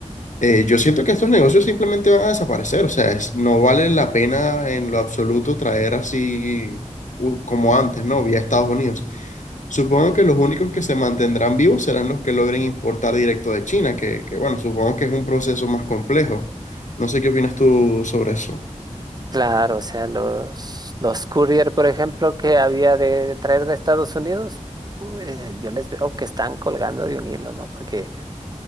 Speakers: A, on the left; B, on the right.
A: Eh, yo siento que estos negocios simplemente van a desaparecer, o sea, es- no vale la pena en lo absoluto traer así u- como antes, ¿no? Vía Estados Unidos. Supongo que los únicos que se mantendrán vivos serán los que logren importar directo de China, que, que, bueno, supongo que es un proceso más complejo. No sé qué opinas tú sobre eso.
B: Claro, o sea, los, los courier, por ejemplo, que había de, de traer de Estados Unidos, u- eh, yo les veo que están colgando de un hilo, ¿no? Porque